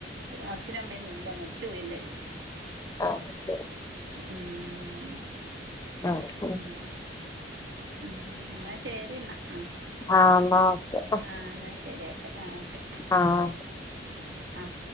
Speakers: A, on the right; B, on the left.
A: അച്ഛനും അമ്മയൊന്നുല്ല മരിച്ചു പോയി എല്ലാരും.
B: ആഹ് ശരി
A: ഉം
B: ആഹ്
A: ഉം എന്നാ ശരി എന്നാ. ആഹ്
B: ആഹ് എന്നാ ഓക്കെ
A: ആഹ് എന്നാ ശരി. ഓക്കെ ആഹ് ഓക്കേ
B: ആഹ്
A: ആഹ്